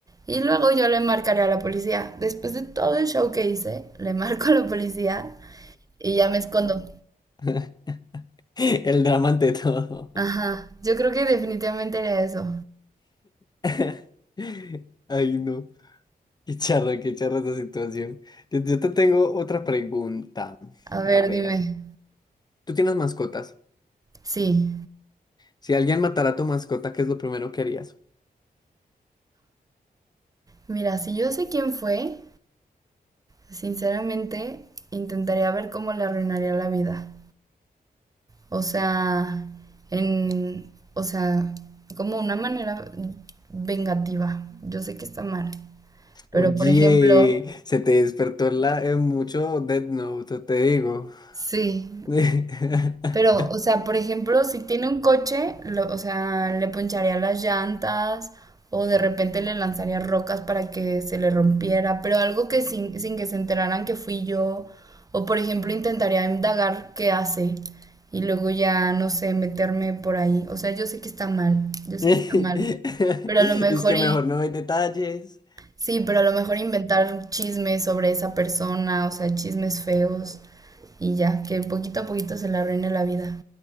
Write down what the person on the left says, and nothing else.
<laughs> El drama ante todo.
<laughs> Ay, no. Qué charra, qué charra esta situación. Yo, yo te tengo otra pregunta.
A ver,
¿tú tienes mascotas?
Si alguien matara a tu mascota, ¿qué es lo primero que harías?
Oye,
se te despertó la, eh, mucho Death Note, te digo.
<laughs>
Es
que mejor no hay detalles.